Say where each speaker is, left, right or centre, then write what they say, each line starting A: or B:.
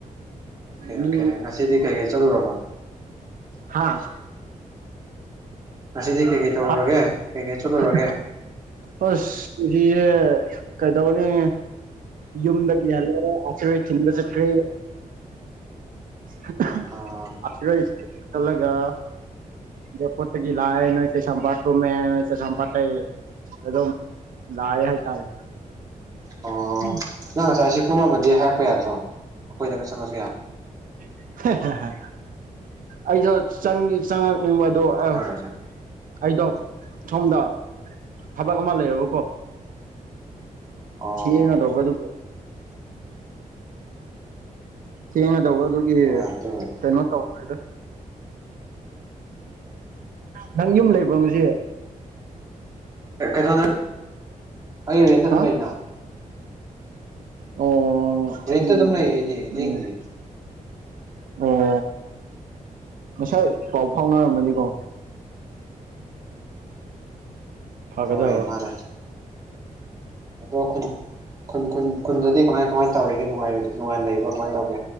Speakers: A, on the right; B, on the right.
A: ꯑꯣꯀꯦ
B: ꯃꯤ
A: ꯑꯣꯀꯦ ꯉꯁꯤꯗꯤ ꯀꯩꯀꯩ ꯆꯠꯂꯨꯔꯕ
B: ꯍꯥꯥ
A: ꯉꯁꯤꯗꯤ ꯀꯩꯀꯩ ꯇꯧꯔꯨꯔꯒꯦ
B: <unintelligible>
A: ꯀꯩꯀꯩ ꯆꯠꯂꯨꯔꯒꯦ
B: ꯑꯁ ꯗꯤꯌꯦ ꯀꯩꯗꯧꯅꯤ ꯌꯨꯝꯗꯒꯤ ꯍꯜꯂꯣ ꯑꯆꯔꯣꯏ ꯊꯤꯟꯕ ꯆꯠꯈ꯭ꯔꯦ <unintelligible>
A: ꯑꯣ
B: <unintelligible> ꯈꯜꯂꯒ ꯏꯌꯔꯄꯣꯠꯇꯒꯤ ꯂꯥꯛꯑꯦ ꯅꯣꯏ ꯀꯩꯁꯥꯝꯄꯥꯠ ꯀꯨꯝꯃꯦ ꯅꯣꯏ ꯀꯩꯁꯥꯝꯄꯥꯠꯇꯩ ꯑꯗꯨꯝ ꯂꯥꯏ ꯍꯥꯏ ꯇꯥꯥꯔꯦ
A: ꯑꯣ
B: <unintelligible>
A: ꯅꯪ ꯉꯁꯥꯏ ꯁꯤ ꯀꯨꯝꯃꯗꯤ ꯍꯥꯏꯔꯛꯄ ꯌꯥꯗ꯭ꯔꯣ ꯑꯩꯈꯣꯏꯗꯒ ꯆꯪꯉꯁꯨ ꯌꯥ
B: ꯍꯦ ꯍꯦ ꯍꯦ ꯑꯩꯗꯣ ꯆꯪꯗꯤ ꯆꯪꯉꯛꯅꯤꯡꯕ ꯑꯗꯣ
A: ꯉꯥꯛꯇꯪ
B: ꯑꯁ
A: ꯑꯣꯏꯔꯁꯨ
B: ꯑꯩꯗꯣ ꯁꯣꯝꯗ ꯊꯕꯛ ꯑꯃ ꯂꯩꯔꯕꯀꯣ
A: ꯑꯣ
B: ꯊꯦꯡꯉꯗꯧꯕ ꯑꯗꯨꯕꯨ ꯊꯦꯡꯉꯗꯧꯕꯗꯨ <unintelligible>
A: ꯍꯣꯏ ꯑꯗꯨ ꯑꯣꯏꯔꯗꯤ
B: ꯀꯩꯅꯣ ꯇꯧꯈ꯭ꯔꯦꯗ ꯅꯪ ꯌꯨꯝ ꯂꯩꯕ꯭ꯔꯣ ꯉꯁꯤ
A: ꯀꯩꯩꯗꯧꯅ ꯑꯩ ꯔꯦꯟꯇ ꯑꯗꯨꯝ
B: ꯍꯥ
A: ꯂꯩꯅꯥ
B: ꯑꯣ
A: ꯔꯦꯟꯇ
B: ꯑꯩ
A: ꯑꯗꯨꯝ ꯂꯩ ꯑꯩꯗꯤ ꯂꯦꯡꯗꯤꯌꯦ
B: ꯎꯝ ꯑꯣ ꯉꯁꯥꯏ ꯄꯥꯎ ꯐꯥꯎꯅꯔꯝꯃꯗꯤꯀꯣ ꯐꯒꯗꯕ
A: ꯍꯣꯏ ꯃꯥꯅꯦ ꯑꯗꯣ ꯈꯨꯟ ꯈꯨꯟ ꯈꯨꯟ ꯈꯨꯟꯗꯗꯤ ꯀꯃꯥꯏ ꯀꯃꯥꯏ ꯇꯧꯔꯤꯒꯦ ꯅꯨꯡꯉꯥꯏ ꯅꯨꯡꯉꯥꯏꯅ ꯂꯩꯕ꯭ꯔꯣ ꯀꯃꯥꯏ ꯇꯧꯒꯦ